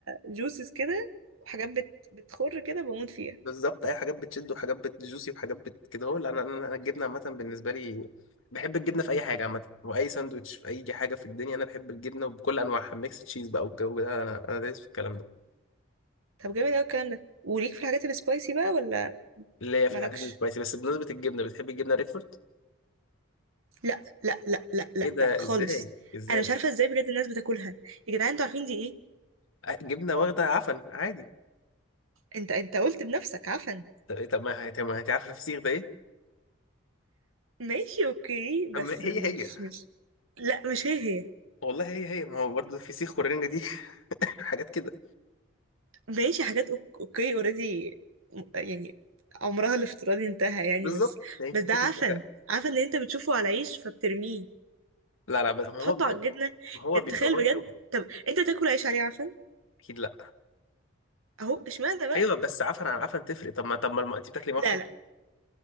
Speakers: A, on the right (about 80°); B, on the left (about 75°).
A: جوسز كده وحاجات بت... بتخر كده بموت فيها
B: بالظبط اي حاجات بتشد وحاجات بتجوسي وحاجات بت كده هو انا انا أنا الجبنه عامه بالنسبه لي بحب الجبنه في اي حاجه عامه واي ساندوتش في اي حاجه في الدنيا انا بحب الجبنه بكل انواعها ميكس تشيز بقى والجو ده انا انا دايس في الكلام ده
A: طب جامد قوي الكلام ده وليك في الحاجات السبايسي بقى ولا
B: اللي هي في
A: مالكش
B: الحاجات السبايسي بس بالنسبه للجبنه بتحب الجبنه ريكفورد
A: لا لا لا لا لا
B: ايه ده
A: لا خالص
B: ازاي ازاي
A: انا مش عارفه ازاي بجد الناس بتاكلها يا جدعان انتوا عارفين دي ايه
B: ع- جبنه واخده عفن عادي
A: انت انت قلت بنفسك عفن
B: طب إيه- طب ما هي- طب ما انت عارفه الفسيخ ده ايه
A: ماشي اوكي
B: أما
A: بس
B: هي
A: مش
B: هي
A: مش لا مش هي هي
B: والله هي هي ما هو برضه الفسيخ والرنجه دي <laughs> حاجات كده
A: ماشي حاجات أوك- اوكي اوريدي يعني عمرها الافتراضي انتهى يعني
B: بالظبط
A: بس
B: يعني انت
A: بس ده
B: بتاكل
A: عفن
B: حاجه
A: عفن اللي انت بتشوفه على عيش فبترميه
B: لا لا بس ما
A: تحطه
B: هو بيبقى
A: على الجبنة
B: ما هو
A: يعني
B: بيبقى
A: تخيل
B: برضه
A: بجد طب انت تاكل عيش عليه عفن
B: اكيد لا
A: اهو اشمعنى بقى
B: ايوه بس عفن عن عفن تفرق طب ما طب ما الم- انت بتاكلي مشروم
A: لا لا